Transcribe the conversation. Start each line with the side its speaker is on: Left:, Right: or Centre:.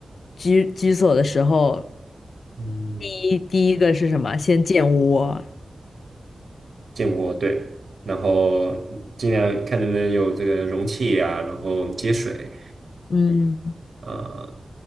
Left: 居居所的时候，
Right: 嗯，
Left: 第一第一个是什么？先建窝，
Right: <laughs> 建窝对，然后尽量看能不能有这个容器啊，然后接水。
Left: 嗯
Right: 呃